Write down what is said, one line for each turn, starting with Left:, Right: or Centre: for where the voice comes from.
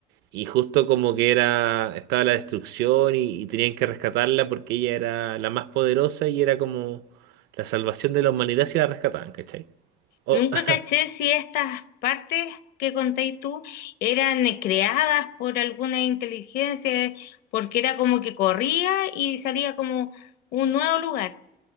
Right: Y justo como que era, estaba la destrucción y, y tenían que rescatarla porque ella era la más poderosa y era como la salvación de la humanidad si la rescataban, ¿cachai? O-
Left: Nunca
Right: <laughs>
Left: caché si estas partes que contéis tú eran creadas por alguna inteligencia, porque era como que corría y salía como un nuevo lugar.